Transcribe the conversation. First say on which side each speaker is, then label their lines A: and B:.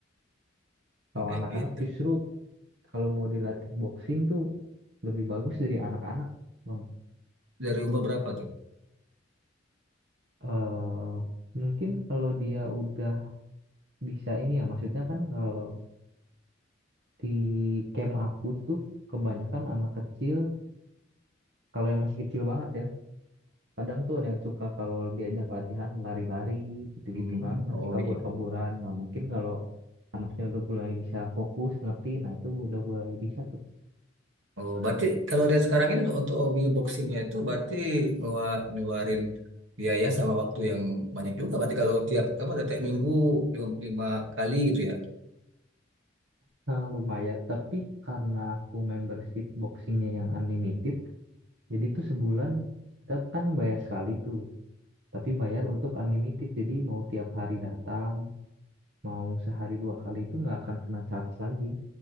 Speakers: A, on the right; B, on the right.
A: Hmm,
B: Kalau
A: kayak
B: anak-anak
A: gitu
B: justru kalau mau dilatih boxing tuh lebih bagus dari anak-anak, Bang.
A: Dari umur berapa tuh?
B: Eh, mungkin kalau dia udah bisa ini ya, maksudnya kan kalau di camp aku tuh kebanyakan anak kecil, kalau yang masih kecil banget ya, kadang tuh ada yang suka kalau diajak latihan lari-lari gitu-gitu
A: Hmm.
B: kan, masih
A: Oh
B: kabur-kaburan.
A: iya.
B: Nah mungkin kalau anaknya udah mulai bisa fokus ngerti nah itu udah mulai bisa tuh
A: Oh, berarti kalau dari sekarang ini untuk hobi boxingnya itu berarti ngeluar- ngeluarin biaya sama waktu yang banyak juga. Berarti kalau tiap apa tiap minggu lim- lima kali gitu ya.
B: nah, lumayan tapi karena aku membership boxingnya yang unlimited jadi tuh sebulan kita kan bayar sekali tuh tapi bayar untuk unlimited jadi mau tiap hari datang mau sehari dua kali itu nggak akan kena charge lagi